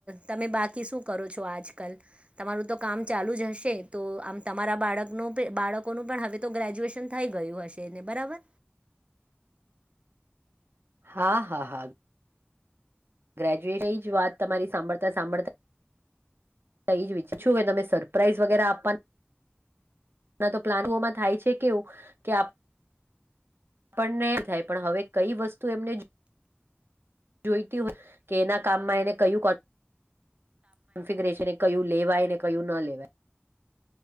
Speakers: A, on the right (about 30°); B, on the right (about 70°).
A: તમે બાકી શું કરો છો આજકલ તમારું તો કામ ચાલુ જ હશે તો આમ તમારા બાળકનો બાળકોનું પણ હવે તો ગ્રેજ્યુએશન થઈ ગયું હશે એને બરાબર
B: હા હા હા ગ્રેજ્યુએશની જ વાત તમારી સાંભળતા સાંભળતા એ જ શું તમે સરપ્રાઈઝ વગેરે આપવાનું ના તો પ્લાનમાં થાય છે કેવું કે પણ નહી થાય પણ હવે કઈ વસ્તુ એમને જોઈતી હોય કે એના કામમાં એને કયું કોન્ફિગ કન્ફીગરેશન કયું લેવાય ને કયું ન લેવાય